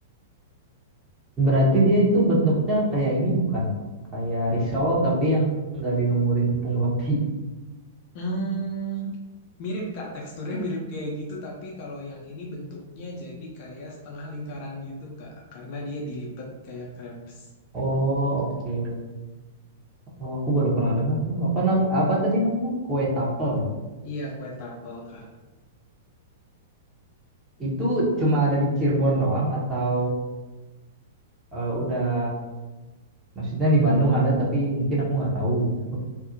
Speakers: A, on the right; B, on the left.
A: berarti dia itu bentuknya kayak ini bukan? Kayak risol tapi yang nggak dilumurin tepung roti.
B: Hmm, mirip Kak, teksturnya mirip kayak gitu, tapi kalau yang ini bentuknya jadi kayak setengah lingkaran gitu Kak, karena dia dilipet kayak crepes.
A: Oh, oke. Oh, aku baru pernah dengar tuh. Apa na- apa tadi namanya? Kue tapel ya.
B: Iya, kue tapel Kak.
A: Itu cuma ada di Cirebon doang atau eh, udah maksudnya di Bandung ada tapi mungkin aku nggak tahu gitu.